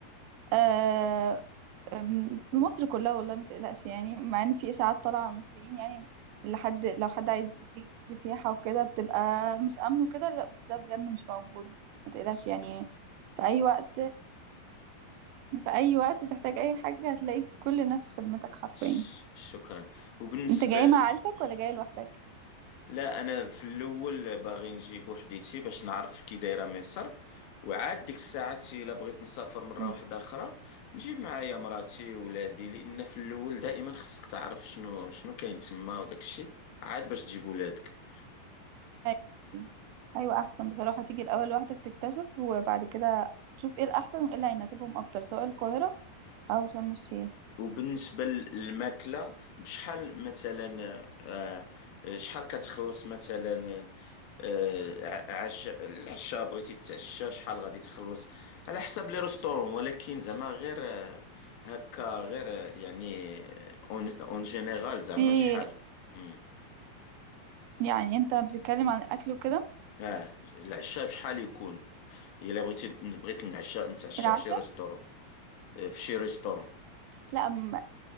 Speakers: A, on the right; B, on the left.
A: آه أم، في
B: و-
A: مصر كلها والله ما تقلقش يعني مع ان في اشاعات طالعه على المصريين يعني لحد لو حد عايز يجي سياحه وكده بتبقى مش امن وكده لا بس ده بجد مش موجود ما تقلقش
B: س-
A: يعني في اي وقت في اي وقت تحتاج اي حاجه هتلاقي كل الناس في خدمتك حرفيا
B: ش- شكرا وبالنسبة
A: انت جاي
B: ل...
A: مع عيلتك ولا جاي لوحدك
B: لا أنا في الأول باغي نجي بوحديتي باش نعرف كي دايرة مصر وعاد ديك الساعات إلا بغيت نسافر مرة
A: مم.
B: واحدة أخرى نجيب معايا مراتي ولادي لأن في الأول دائما خصك تعرف شنو شنو كاين تما وداك الشيء عاد باش تجيب ولادك
A: أيوة. ايوه احسن بصراحه تيجي الاول لوحدك تكتشف وبعد كده تشوف ايه الاحسن وايه اللي هيناسبهم اكتر سواء القاهره او شرم الشيخ
B: وبالنسبة للماكلة بشحال مثلا آه، آه، شحال كتخلص مثلا آه، آه، عش العشاء بغيتي تتعشى شحال غادي تخلص على حسب لي ريستورون ولكن زعما غير آه، هكا غير آه، يعني آه، اون اون جينيرال زعما
A: في
B: شحال مم.
A: يعني انت بتتكلم عن الاكل وكده
B: اه العشاء بشحال يكون الا بغيتي بغيت نعشى نتعشى
A: العشاء
B: في شي ريستورون آه، في شي ريستورون
A: لا م-